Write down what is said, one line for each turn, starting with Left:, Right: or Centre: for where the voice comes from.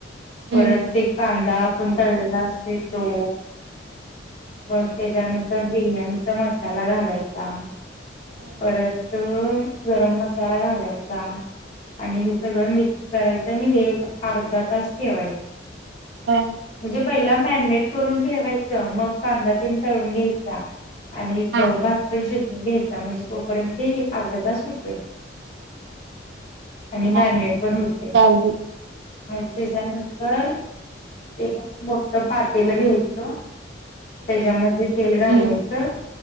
Right: हम्म
Left: परत
Right: हम्म
Left: ते कांदा. पण तळेला असते तो बर. त्याच्यानंतर बिर्याणीचा मसाला घालायचा
Right: हम्म
Left: परत. गरम मसाला घालायचा आणि हचा गम मिक्स. करायचं आणि हे अर्धा तास ठेवायचं.
Right: हा
Left: म्हणजे पहिला मॅरिनेट करून ठेवायचं मग कांदा तन तळून घ्यायचा. आणि
Right: हा हा
Left: भात पण शोधून घ्यायचा म्हणजे तोपर्यंत अर्धा तास होतोय. आणि मॅरिनेट
Right: हा
Left: पण होते
Right: चालते
Left: आणि त्याच्यानंतर. एक मोठ पातीला घ्यायच त्याच्यामध्ये तेल
Right: हम्म
Left: घालायचं.